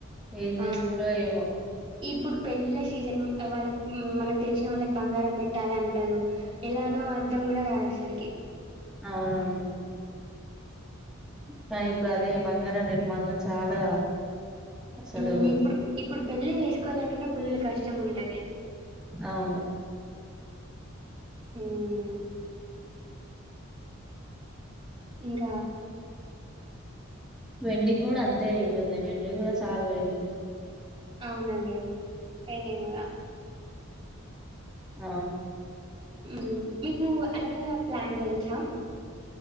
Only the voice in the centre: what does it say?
ఏం
చేస్తారో ఏమో
అవునవును టై అదే ఇప్పుడు అదే బంగారం రేట్ మాత్రం చాలా అసలు
అవును.
వెండికి గుడా అంతే రేటుంది వెండి గుడ చాల పెరిగింది.
ఆ